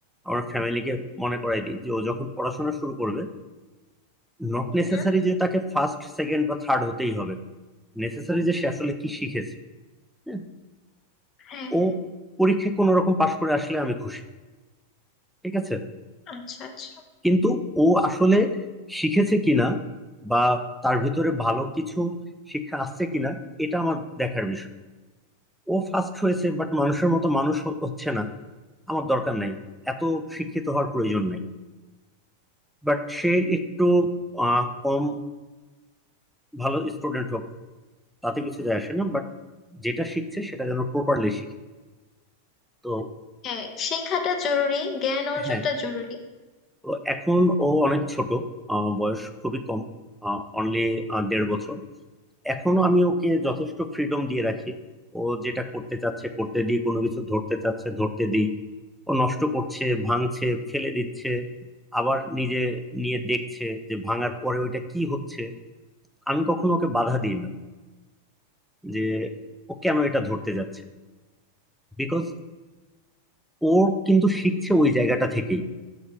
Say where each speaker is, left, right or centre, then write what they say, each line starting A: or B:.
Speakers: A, in the centre; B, on the left.
A: আমার ফ্যামিলিকে মনে করাই দিই যে ও যখন পড়াশোনা শুরু করবে নট
B: হুম
A: নেসেসারি
B: হুম
A: যে তাকে ফার্স্ট সেকেন্ড বা থার্ড হতেই হবে নেসেসারি যে সে আসলে কি শিখেছে হ্যাঁ,
B: হ্যাঁ হ্যাঁ
A: ও পরীক্ষায় কোনো রকম পাশ করে আসলে আমি খুশি ঠিক আছে
B: আচ্ছা আচ্ছা
A: কিন্তু ও আসলে শিখেছে কিনা বা তার ভিতরে ভালো কিছু শিক্ষা আসছে কিনা এটা আমার দেখার বিষয় ও ফার্স্ট হয়েছে বাট মানুষের মতো মানুষ হ- হচ্ছে না আমার দরকার নাই এত শিক্ষিত হওয়ার প্রয়োজন নাই বাট সে একটু আহ, কম ভালো স্টুডেন্ট হোক তাতে কিছু যায় আসে না বাট যেটা শিখছে সেটা যেন প্রপারলি শিখে তো
B: হ্যাঁ শেখাটা জরুরি জ্ঞান অর্জনটা
A: হ্যাঁ
B: জরুরি
A: তো এখন ও অনেক ছোট আহ, বয়স খুবই কম অনলি দেড় বছর এখনো আমি ওকে যথেষ্ট ফ্রিডম দিয়ে রাখি ও যেটা করতে চাচ্ছে করতে দিই কোনো কিছু ধরতে চাচ্ছে ধরতে দিই ও নষ্ট করছে ভাঙছে ফেলে দিচ্ছে আবার নিজে নিয়ে দেখছে যে ভাঙার পরে ওইটা কি হচ্ছে আমি কখনো ওকে বাধা দিই না যে ও কেন এটা ধরতে যাচ্ছে বিকজ ও কিন্তু শিখছে ওই জায়গাটা থেকেই